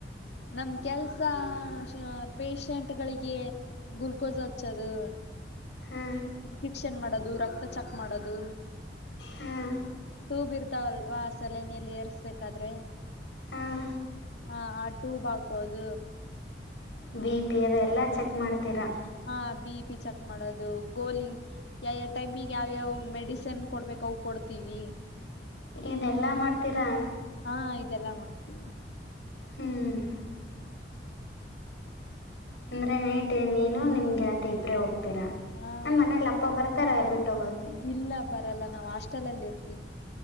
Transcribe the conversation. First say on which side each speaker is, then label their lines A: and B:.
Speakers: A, on the left (about 70°); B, on the left (about 85°).
A: ನಮ್ಮ ಕೆಲ್ಸ ಷ-ಪೆಷಂಟ್ ಗಳಿಗೆ. ಗುಲ್ಕೋಸ್ ಹಚ್ಚದು.
B: ಹಾ.
A: ಇಂಫೆಕ್ಷನ್ ಮಾಡೋದು ರಕ್ತ ಚೆಕ್ ಮಾಡೋದು
B: ಹಾಂ
A: ತೂ ಬಿ ಇರ್ತಾವಲ್ವಾ ಸಲನಿಯಲ್ಲಿ ಏರ್ಸ್ಬೇಕಾದ್ರೆ
B: ಹಾಂ
A: ಹ ಆ ಟೂ ಹಾಕೋದ
B: ಬಿ ಪಿ ಅದೆ ಎಲ್ಲ ಚೆಕ್ ಮಾಡ್ತೀರಾ
A: ಹಾ ಬಿ ಪಿ ಚೆಕ್ ಮಾಡೋದು ಗೋಲಿ ಯಾವ ಯಾವ ಟೈಮಿಗೆ ಯಾವ್ಯಾವ್ ಮೆಡಿಸನ್ ಕೊಡ್ಬೇಕ ಅವು ಕೊಡ್ತೀವಿ
B: ಇದೆಲ್ಲ ಮಾಡ್ತೀರಾ?
A: ಹಾ ಇದೆಲ್ಲಾ ಮಾಡ್ತೀವಿ
B: ಹ್ಮ್ ಅಂದರೆ ನೈಟ್ ನೀನು ನಿಮಗೆತ್ತೆ ಇಬ್ಬರೇ ಹೋಗ್ತೀರಾ
A: ಹಾ
B: ನಮ್ಮ ಮನೇಲಿ ಅಪ್ಪ ಬರತ್ತ ತರ ಬಿಟ್ಟು ಹೋಗಕೆ
A: ಇಲ್ಲ ಬರಲ್ಲ ನಾವು ಹಾಸ್ಟೆಲ್ ಅಲ್ಲಿ ಇರ್ತೀವಿ.